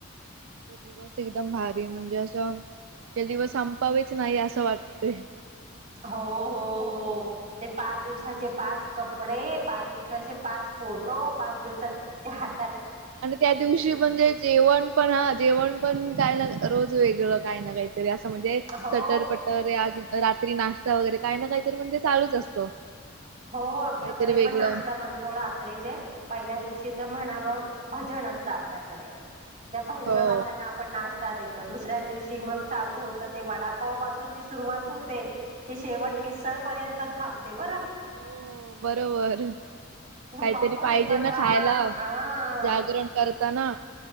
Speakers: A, on the right; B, on the right.
A: ते दिवस एकदम भारी म्हणजे असं ते दिवस संपावेच नाही असं वाटतय.
B: हो हो हो. ते पाच दिवसाचे पाच कपडे पाच दिवसाचे पाच फोटो पाच दिवस ते हा
A: आणि त्या दिवशी म्हणजे जेवण पण हा. जेवण पण काय ना रोज वेगळं काही ना काहीतरी असं म्हणजे
B: हो
A: सटरपटर अजून रात्री नाश्ता वगैरे काय ना, काहीतरी म्हणे चालूच असतो.
B: हो, आमच्याकडे
A: काहीतरी वेगळं
B: पण नाश्ता बनतो रात्रीचेे, पहिल्या दिवशी. म्हणाव भजन असत आपल्याकडे त्या भजन
A: हो हो
B: वाल्यांना आपण ना ष्टा देतो. दुसऱ्या दिवशी मग चालू होत ते वडापाव पासून जी सुरुवात होते ते शेवट मिसळ पर्यंत थांबते बरं.
A: हो हो, बरोबर. काहीतरी
B: पावभाजी
A: पाहिजे
B: बनवा
A: ना खायला
B: हा
A: जागरण करताना.